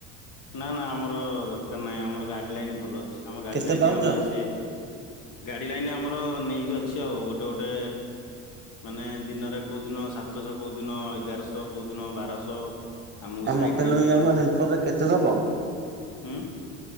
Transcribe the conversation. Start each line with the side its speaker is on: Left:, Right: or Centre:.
Left: ନା ନା ଆମର ଦରକାର ନାହିଁ ଆମର ଗାଡି ଲାଇନ ଭଲ ଅଛି। ଆମ ଗାଡି
Right: କେତେ
Left: ଲାଇନରେ
Right: ପାଉଛ
Left: ଆମେ ସେ ଗାଡି ଲାଇନରେ ଆମ ଆର ନେଇକି ଅଛି ଆଉ ଗୋଟେ ଗୋଟେ ମାନେ ଦିନରେ କୋଉ ଦିନ ସାତଶହ କୋଉ ଦିନ ଏଗାରଶହ କୋଉ ଦିନ ବାରଶହ ଆମକୁ
Right: ଆଉ
Left: ସାଇଟ
Right: ମତେ
Left: ରେ
Right: ନେଲେ
Left: ବି
Right: ଯାଉନ ହେଲ୍ପରରେ କେତେ ବ
Left: ହୁଁ